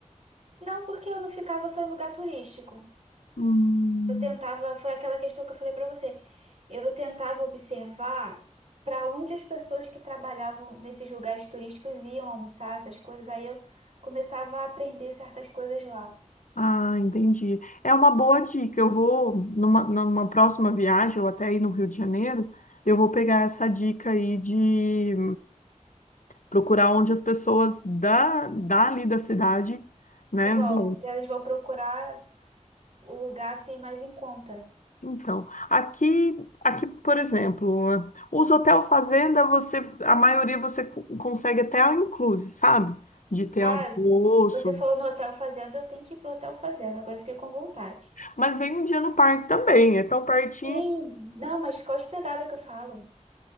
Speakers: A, on the right (about 60°); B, on the left (about 80°).
A: Não, porque eu não ficava só em lugar turístico.
B: Hum.
A: Eu tentava, foi aquela questão que eu falei para você. Eu tentava observar para onde as pessoas que trabalhavam nesses lugares turísticos iam almoçar, essas coisas. Aí eu começava a aprender certas coisas lá.
B: Ah, entendi. É uma boa dica. Eu vou, numa, numa próxima viagem, ou até aí no Rio de Janeiro, eu vou pegar essa dica aí de procurar onde as pessoas da, dali da cidade, né,
A: Vão,
B: vão.
A: elas vão procurar o lugar assim mais em conta.
B: Então, aqui, aqui, por exemplo, os hotel fazenda, você, a maioria você co- consegue até all inclusive, sabe? De ter
A: Ah,
B: almoço.
A: você falou no Hotel Fazenda, eu tenho que ir pro Hotel Fazenda. Agora eu fiquei com vontade.
B: Mas vem um dia no parque também, é tão pertinho.
A: Sim, não, mas ficar hospedada que eu falo.